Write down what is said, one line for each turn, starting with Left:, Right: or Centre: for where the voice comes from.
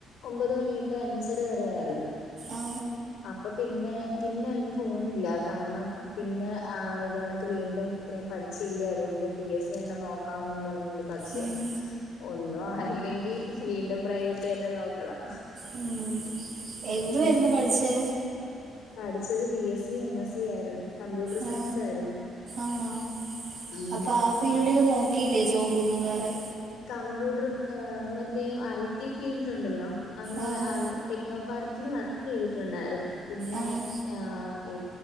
Left: ഒമ്പത് മണിതോട്ട് അഞ്ചര വരെ ആയിരുന്നു അപ്പ -
Right: ആ
Left: അപ്പൊ പിന്നെ പിന്നെ അതിന് പോന്നില്ല കാരണം പിന്നെ ആഹ് ഇതേ കണക്ക്‌ വീണ്ടും- ഇത്രയും പഠിച്ചില്ലേ അതുകൊണ്ട് പി എസ് സി തന്നെ നോക്കാംമെന്നും പറഞ്ഞുകൊണ്ട് പക്ഷെ
Right: ഉം
Left: ഒന്നും ആയില്ലെങ്കി വീണ്ടും പ്രൈവറ്റ് തന്നെ നോക്കണം
Right: ഉം എന്തുവായിരുന്നു
Left: പിന്നെ
Right: പഠിച്ചേ
Left: പഠിച്ചത് B S C M S C ആയിരുന്നു കമ്പ്യൂട്ടർ
Right: ആ
Left: സയൻസ് ആയിരുന്നു
Right: ആണോ
Left: ഉം
Right: അപ്പൊ ആ ഫീൽഡില് നോക്കിയില്ലേ ജോബ് ഒന്നും വേറെ
Left: കമ്പ്യൂട്ടർ മറ്റേ ഈ ഐ ടി ഫീൽഡ് ഉണ്ടല്ലോ അന്നേരം
Right: ആഹ്
Left: അത് ടെക്നോ പാർക്കിൽ വർക്ക് ചെയ്തിട്ടുണ്ടായിരുന്നു പിന്നെ-
Right: ആഹ്
Left: ആഹ്